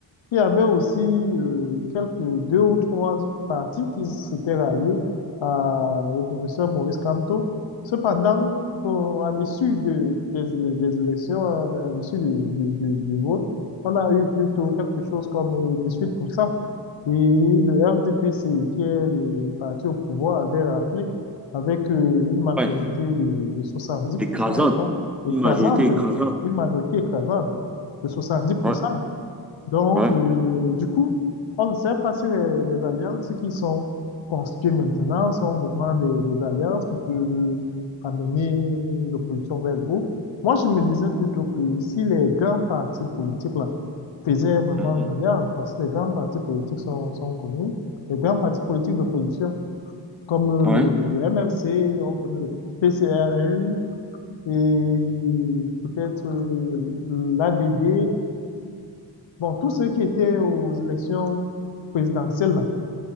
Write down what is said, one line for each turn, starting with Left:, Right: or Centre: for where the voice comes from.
Left: Il y avait aussi euh, quelques deux ou trois partis qui s'étaient ralliés à- au professeur Maurice Kamto. Cependant, qu'on- à l'issue de, des, des élections, à à l'issue du, du, du, du vote, on a eu plutôt quelque chose comme euh, 18%. Et le RDPC, qui est le, le parti au pouvoir, avait rappelé avec euh, une majorité
Centre: Ouais.
Left: de, de 70%,
Centre: Écrasante.
Left: je pense, écrasante,
Centre: Une majorité écrasante.
Left: euh, une majorité écrasante de 70%.
Centre: Ouais,
Left: Donc,
Centre: ouais.
Left: euh, du coup, on ne sait pas si les, les alliances qui sont constituées maintenant sont vraiment des, des alliances qui peuvent amener l'opposition vers le haut. Moi, je me disais plutôt que si les grands partis politiques là, faisaient vraiment
Centre: Mhm.
Left: une alliance, parce que les grands partis politiques sont, sont connus, les grands partis politiques d'opposition, comme
Centre: Ouais,
Left: le, le MFC, on connaît le PCRN, et peut-être l'ADD, Bon, tous ceux qui étaient aux élections présidentielles, là,